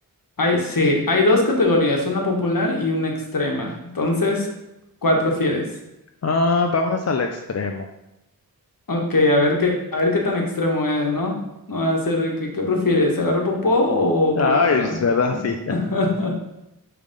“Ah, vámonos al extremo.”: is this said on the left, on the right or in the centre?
Left